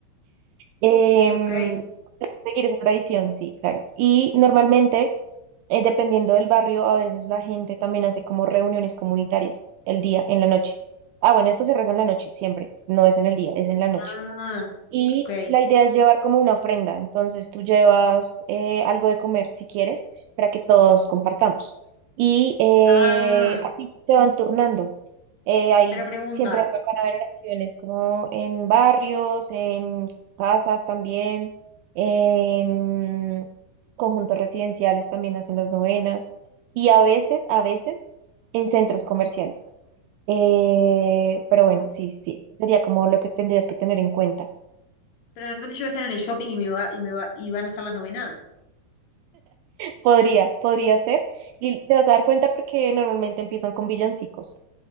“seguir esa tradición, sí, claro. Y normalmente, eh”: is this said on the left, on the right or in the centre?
Right